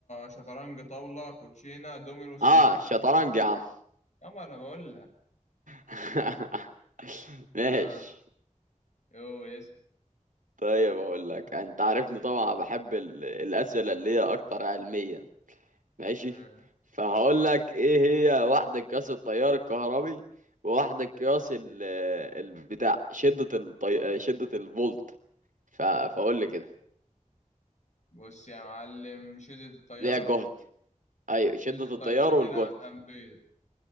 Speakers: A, on the left (about 60°); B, on the right (about 75°).
A: شطرنج طاولة كوتشينة دومينو سيجا
B: اه شطرنج يا عم
A: يا ما انا بقول لك
B: <laughs> ماشي
A: اه يو يس
B: طيب اقول لك انت عارفني طبعا بحب ال- الاسئله اللي هي اكتر علميا ماشي
A: آه.
B: فهقول لك ايه هي واحدة قياس التيار الكهربي وواحدة قياس ال آه، البتاع شدة الطي... شدة الفولت ف... فاقول لي كده
A: بص يا معلم شدة التيار
B: ليها جهد ايوه شدة
A: التيار
B: التيار والجهد
A: دي الامبير